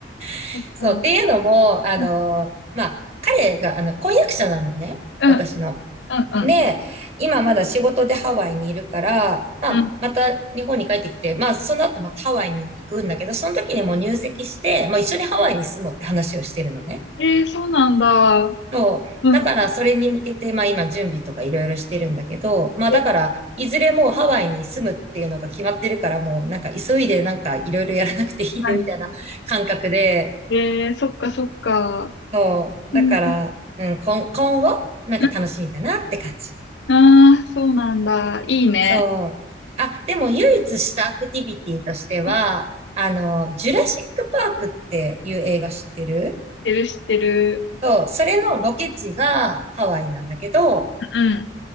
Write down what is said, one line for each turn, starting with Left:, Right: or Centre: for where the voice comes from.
Right: <laughs>
Left: そっか
Right: そう、っていうのも、あの、
Left: うん
Right: まあ、彼が、あの、婚約者なのね。
Left: うん
Right: 私の。
Left: うん
Right: で、今まだ仕事でハワイにいるから、まあ、
Left: うん。
Right: また日本に帰ってきて、まあ、その後またハワイに行くんだけど、その時にもう入籍して、まあ、一緒にハワイに住もうって話をしてるのね。
Left: えー、そうなんだ。
Right: そう。
Left: うん。
Right: だから、それに向けて、まあ今、準備とかいろいろしてるんだけど、まあだから、
Left: え、
Right: いずれもうハワイに住むっていうのが決まってるから、もうなんか急いでなんかいろいろやらなくていいね、
Left: 確かに
Right: みたいな <laughs> 感覚で、
Left: えー、そっかそっか。
Right: そう。だから、
Left: うん
Right: うん、今、今後、なんか楽しみだなって感じ。
Left: うん。ああ、そうなんだ。いいね。
Right: そう。あ、でも唯一したアクティビティとしては、
Left: うん
Right: あの、ジュラシックパークっていう映画知ってる
Left: 知ってる知ってる。
Right: そう、それのロケ地がハワイなんだけど、
Left: うん。